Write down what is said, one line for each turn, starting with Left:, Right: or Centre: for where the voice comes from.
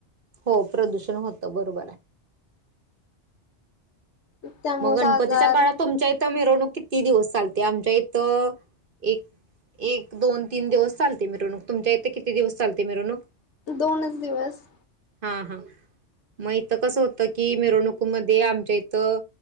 Right: हो प्रदूषण होतं बरोबर आहे.
Left: त्यामुळेच
Right: मग गणपतीच्या
Left: आजार
Right: काळात तुमच्या इथं मिरवणूक कि किती दिवस चालते? आमच्या इथं एक एक दोन तीन दिवस चालते मिरवणूक तुमच्या इथं किती दिवस चालते मिरवणूक?
Left: दोनच दिवस
Right: हा हा मग इथं कस होतं की मिरवणुकीमध्ये आमच्या इथं